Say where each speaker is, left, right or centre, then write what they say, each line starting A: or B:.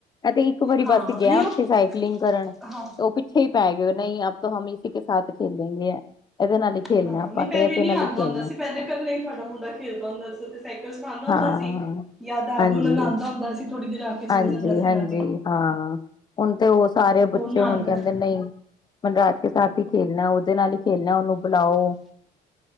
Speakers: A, on the left; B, in the centre.
A: ਤੇ ਇੱਕ ਵਾਰੀ, ਬੱਸ
B: ਹਾਂ
A: ਗਿਆ
B: ਨਹੀਂ
A: ਉੱਥੇ
B: ਉਹ
A: ਸਾਈਕਲਿੰਗ ਕਰਨ
B: ਹਾਂ
A: ਉਹ ਪਿਛੇ ਹੀ ਪੈ ਗਏ, ਨਹੀਂ ਹਮ ਤੋਂ ਇਸੇ ਕੇ ਸਾਥ ਖੇਲੈਂਗੇ ਹੈ ਇਹਦੇ ਨਾਲ। ਹੀ ਖੇਲਣਾ
B: ਹਾਂ
A: ਆਪਾਂ
B: ਨਹੀਂਪਹਿਲੇ
A: ਤੇ ਇਹਦੇ
B: ਨੀ
A: ਨਾਲ ਹੀ
B: ਆਂਦਾ
A: ਖੇਲਣਾ
B: ਹੁੰਦਾ ਸੀ। ਪਹਿਲੇ ਇਕਲਾ ਤੁਹਾਡਾ ਮੁੰਡਾ ਖੇਲਦਾ ਹੁੰਦਾ ਸੀ। ਇਹ ਸਿਖਾਂਦਾ
A: ਹਾਂ
B: ਹੁੰਦਾ ਸੀ ਯਾ ਦਾਦੂ
A: ਹਾਂਜੀ।
B: ਨਾਲ ਆਂਦਾ ਹੁੰਦਾ ਸੀ ਥੋੜੀ ਦੇਰ ਆ ਕੇ ਨਾਹ ਕੇ ਚਲਾ
A: ਹਾਂਜੀ
B: ਜਾਂਦਾ ਸੀ
A: ਹਾਂਜੀ
B: ਨਾ ਤੇ
A: ਹਾਂ ਹੁਣ ਤੇ ਉਹ ਸਾਰੇ ਬੱਚੇ
B: ਨਾ
A: ਹੁਣ
B: ਆਉਂਦਾ
A: ਕਹਿੰਦੇ ਨਹੀਂ। ਮਨੂੰ ਰਾਜ ਕੇ ਸਾਥ ਹੀ ਖੇਲਣਾ ਉਹਦੇ ਨਾਲ ਹੀ ਖੇਲਣਾ ਉਹਨੂੰ ਬੁਲਾਓ।